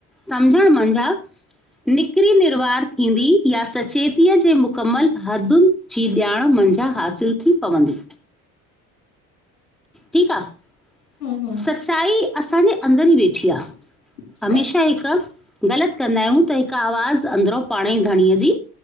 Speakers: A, in the centre; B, on the left (about 90°).
A: सम्झणु मंझा निकरी निर्वार थींदी या सचेतीअ जे मुकमलु हदुनि जी ॼाण मंझा हासिलु थी पवंदी। ठीकु आह।
B: हूं हूं
A: सचाई असांजे अंदर ई वेठी आ
B: सही
A: हमेशह हिकु ग़लत कंदा आहियूं त हिकु आवाज़ अंदरो पाण ई घधणीअ जी